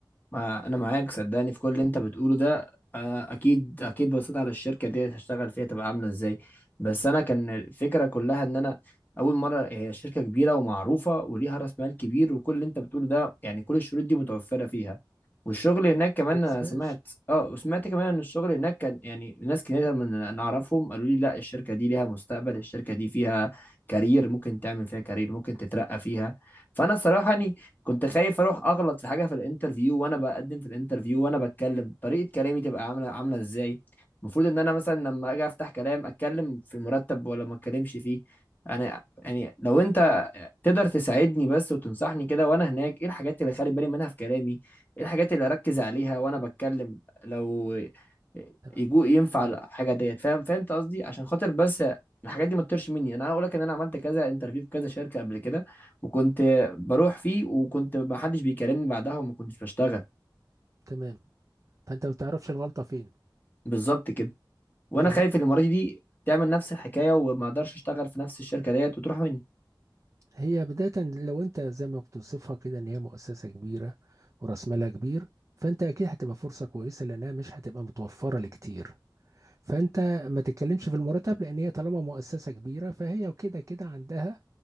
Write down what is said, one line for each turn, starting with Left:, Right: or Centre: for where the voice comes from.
Left: ما انا معاك صدقني في كل اللي انت بتقوله ده آه، اكيد اكيد بصيت على الشركه دي هشتغل فيها تبقى عامله ازاي بس انا كان الفكره كلها ان انا اول مره هي شركه كبيره ومعروفه وليها راس مال كبير وكل اللي انت بتقوله ده يعني كل الشروط دي متوفره فيها والشغل هناك كمان
Right: ما تسيبهاش
Left: انا سمعت اه وسمعت كمان ان الشغل هناك كان يعني ناس كتير من انا اعرفهم قالوا لي لا الشركه دي ليها مستقبل الشركه دي فيها كارير ممكن تعمل فيها كارير ممكن تترقى فيها فانا صراحه يعني كنت خايف اروح اغلط في حاجه في الانترفيو وانا بقدم في الانترفيو وانا بتكلم طريقه كلامي تبقى عامله عامله ازاي المفروض ان انا مثلا لما اجي افتح كلام اتكلم في مرتب ولا ما اتكلمش فيه انا يعني لو انت تقدر تساعدني بس وتنصحني كده وانا هناك ايه الحاجات اللي خلي بالي منها في كلامي ايه الحاجات اللي اركز عليها وانا بتكلم لو
Right: تمام
Left: يجو ينفع
Right: تمام
Left: الحاجه ديت فاهم فهمت قصدي عشان خاطر بس الحاجات دي ما تطيرش مني انا هقول لك ان انا عملت كذا انترفيو في كذا شركه قبل كده وكنت بروح فيه وكنت ما حدش بيكلمني بعدها وما كنتش بشتغل
Right: تمام فانت ما بتعرفش الغلطه فين
Left: بالظبط كده وانا
Right: تمام
Left: خايف إن المره دي تعمل نفس الحكايه وما اقدرش اشتغل في نفس الشركه ديت وتروح مني
Right: هي بدايه لو انت زي ما بتوصفها كده ان هي مؤسسه كبيره وراس مالها كبير فانت اكيد هتبقى فرصه كويسه لانها مش هتبقى متوفره لكتير فانت ما تتكلمش في المرتب لان هي طالما مؤسسه كبيره فهي وكده كده عندها